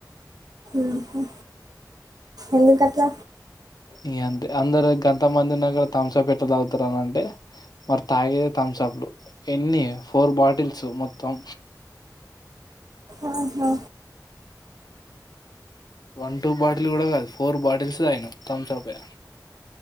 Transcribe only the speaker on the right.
మ్ హు ఎందుకట్ల?
ఆహా